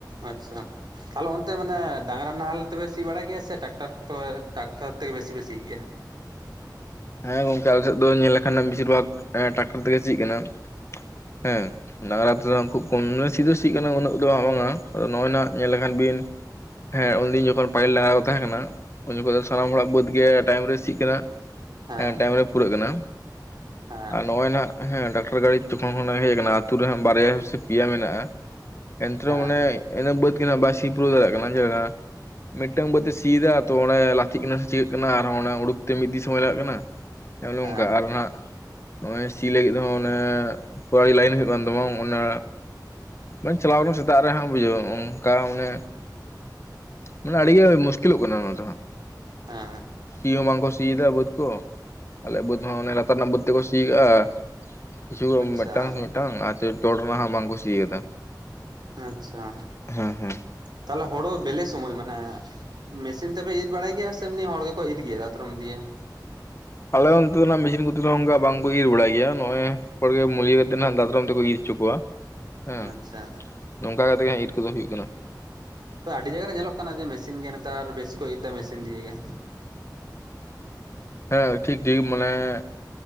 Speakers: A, on the right; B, on the left.
A: ᱟᱪᱪᱷᱟ ᱛᱟᱦᱚᱞᱮ ᱚᱱᱛᱮ ᱢᱟᱱᱮ ᱰᱟᱝᱨᱟ ᱱᱟᱦᱮᱞ ᱛᱮ ᱯᱮ ᱥᱤ ᱵᱟᱲᱟᱭ ᱜᱮᱭᱟ ᱥᱮ ᱴᱟᱠᱴᱟᱨ, ᱴᱟᱠᱴᱟᱨ ᱛᱮᱜᱮ ᱵᱮᱥᱤ ᱯᱮ ᱥᱤ ᱜᱮᱭᱟ
B: ᱦᱮᱸ ᱜᱚᱝᱠᱮ ᱟᱞᱮ ᱥᱮᱫ ᱫᱚ ᱧᱮᱞ ᱞᱮᱠᱷᱟᱱᱮᱢ ᱵᱮᱥᱤᱨ ᱵᱷᱟᱜᱽ ᱴᱟᱠᱴᱟᱨ ᱛᱮᱜᱮ ᱥᱤ ᱠᱟᱱᱟ ᱦᱮᱸ ᱰᱟᱝᱨᱟ ᱛᱮ ᱫᱚ ᱩᱱᱠᱩ- <unintelligible> ᱥᱤ ᱫᱚ ᱥᱤᱜ ᱠᱟᱱᱟ ᱩᱱᱟᱹᱜ ᱫᱚ ᱵᱟᱝ ᱟᱫᱚ ᱱᱚᱜᱼᱚᱭ ᱧᱮᱞ ᱞᱮᱠᱷᱟᱱ ᱵᱤᱱ ᱦᱮᱸ ᱩᱱᱫᱤᱱ ᱡᱚᱠᱷᱚᱱ ᱯᱟᱦᱤᱞ ᱰᱟᱝᱨᱟ ᱠᱚ ᱛᱟᱦᱮᱸ ᱠᱟᱱᱟ ᱩᱱ ᱡᱚᱠᱷᱚᱱ ᱫᱚ ᱥᱟᱱᱟᱢ ᱦᱚᱲᱟᱜ ᱵᱟᱹᱫᱽ ᱜᱮ ᱴᱟᱭᱤᱢ ᱨᱮ ᱥᱤᱜ ᱠᱟᱱᱟ
A: ᱦᱮᱸ
B: ᱴᱟᱭᱤᱢ ᱨᱮ ᱯᱩᱨᱟᱹᱜ ᱠᱟᱱᱟ
A: ᱦᱮᱸ
B: ᱟᱨ ᱱᱚᱼᱚᱭ ᱱᱟᱦᱟᱸᱜ ᱦᱮᱸ ᱰᱟᱠᱛᱟᱨ ᱜᱟᱹᱲᱤ ᱡᱚᱠᱷᱚᱱ ᱠᱷᱚᱱᱟᱜ ᱦᱮᱡ ᱟᱠᱟᱱᱟ ᱟᱹᱛᱩ ᱨᱮ ᱦᱟᱸᱜ ᱵᱟᱨᱭᱟ ᱥᱮ ᱯᱮᱭᱟ ᱢᱮᱱᱟᱜᱼᱟ ᱮᱛᱨᱚ
A: ᱦᱮᱸ
B: ᱢᱟᱱᱮ ᱤᱱᱟᱹ ᱵᱟᱹᱛ ᱜᱮᱱᱦᱟᱜ ᱵᱟᱭ ᱥᱤ ᱯᱨᱟᱹᱣ ᱫᱟᱲᱮᱭᱟᱜ ᱠᱟᱱᱟ ᱪᱮᱞᱮᱠᱟ ᱢᱤᱫᱴᱟᱝ ᱵᱟᱹᱛ ᱮ ᱥᱤ ᱮᱫᱟ ᱛᱚ ᱚᱸᱲᱮ ᱛᱷᱤ ᱠᱟᱱᱟ ᱥᱮ ᱪᱤᱠᱟᱹᱜ ᱠᱟᱱᱟ ᱟᱨᱦᱚᱸ ᱚᱱᱟ ᱩᱰᱩᱠ ᱛᱮ ᱢᱤᱫᱫᱤ ᱥᱚᱢᱚᱭ ᱞᱟᱜᱟᱜ ᱠᱟᱱᱟ ᱚᱱᱮᱝᱠᱟ
A: ᱦᱮᱸ
B: ᱟᱨ ᱦᱚᱸ ᱦᱟᱜ ᱱᱚ-ᱚᱭ ᱥᱤ ᱞᱟᱹᱜᱤᱫ ᱦᱚᱸ ᱚᱱᱮ ᱯᱟᱨᱟ ᱜᱮ ᱞᱟᱭᱤᱱ ᱦᱩᱭᱩᱜ ᱠᱟᱱ ᱛᱟᱢᱟ ᱚᱱᱟ ᱦᱚᱞᱟᱧ ᱪᱟᱞᱟᱣ ᱞᱮᱱᱟ ᱥᱮᱛᱟᱜ ᱨᱮ ᱦᱟᱸᱜ ᱵᱩᱡᱷᱟᱹᱣ ᱠᱟ ᱢᱟᱱᱮ, ᱢᱟᱱᱮ ᱟᱹᱰᱤ ᱜᱮ ᱢᱩᱥᱠᱤᱞᱚᱜ ᱠᱟᱱᱟ ᱚᱱᱟ ᱫᱚ ᱦᱟᱸᱜ
A: <unintelligible>
B: ᱥᱤ ᱦᱚᱸ ᱵᱟᱠᱚ ᱥᱤ ᱫᱟ ᱵᱟᱹᱛ ᱠᱚ ᱟᱞᱮᱭᱟᱜ ᱵᱟᱹᱫᱽ ᱦᱚᱸ ᱚᱱᱮ ᱞᱟᱛᱟᱨ ᱨᱮᱱᱟᱜ ᱵᱟᱹᱫᱽ ᱛᱮᱠᱚ ᱥᱤ ᱠᱟᱜᱼᱟ ᱠᱤᱪᱷᱩ
A: ᱟᱪᱪᱷᱟ
B: ᱢᱤᱫᱴᱟᱝ ᱢᱤᱫᱴᱟᱝ ᱟᱨ ᱪᱚᱴ ᱨᱮᱱᱟᱜ ᱦᱚᱸ ᱵᱟᱝ ᱠᱩ ᱥᱤ ᱠᱟᱫᱟ
A: ᱟᱪᱪᱷᱟ,
B: ᱦᱮᱸ ᱦᱮᱸ
A: ᱛᱟᱦᱚᱞᱮ ᱦᱚᱲᱳ ᱵᱮᱞᱮ ᱥᱚᱢᱚᱭ ᱢᱟᱱᱮ ᱢᱮᱥᱤᱱ ᱛᱮᱯᱮ ᱤᱨ ᱵᱟᱲᱟᱭ ᱜᱮᱭᱟ ᱥᱮ ᱮᱢᱱᱤ ᱦᱚᱲ ᱜᱮᱠᱚ ᱤᱨ ᱜᱮᱭᱟ ᱫᱟᱛᱨᱚᱢ ᱫᱤᱭᱮ
B: ᱟᱞᱮ ᱚᱱᱛᱮ ᱫᱚ ᱱᱟᱦᱟᱸᱜ ᱢᱮᱥᱤᱱ ᱠᱚᱛᱮ ᱫᱚ ᱚᱱᱠᱟ ᱵᱟᱝᱠᱚ ᱤᱨ ᱵᱟᱲᱟᱭ ᱜᱮᱭᱟ ᱱᱚ-ᱚᱭ ᱦᱚᱲᱜᱮ ᱢᱩᱞᱭᱟᱹ ᱠᱟᱛᱮᱜ ᱦᱟᱸᱜ ᱫᱟᱛᱨᱚᱢ ᱛᱮᱠᱚ ᱤᱨ ᱪᱚᱠᱚᱣᱟ ᱦᱮᱸ
A: ᱟᱪᱪᱷᱟ
B: ᱱᱚᱝᱠᱟ ᱠᱟᱛᱮᱜ ᱜᱮ ᱦᱟᱸᱜ ᱤᱨ ᱠᱚᱫᱚ ᱦᱩᱭᱩᱜ ᱠᱟᱱᱟ
A: ᱟᱹᱰᱤ ᱡᱟᱭᱜᱟ ᱨᱮ ᱧᱮᱞᱚᱜ ᱠᱟᱱᱟ ᱡᱮ ᱢᱮᱥᱤᱱ ᱜᱮ ᱱᱮᱛᱟᱨ ᱵᱮᱥᱤ ᱠᱚ ᱤᱨ ᱫᱟ ᱢᱮᱥᱤᱱ ᱫᱤᱭᱮ
B: <unintelligible> ᱢᱟᱱᱮ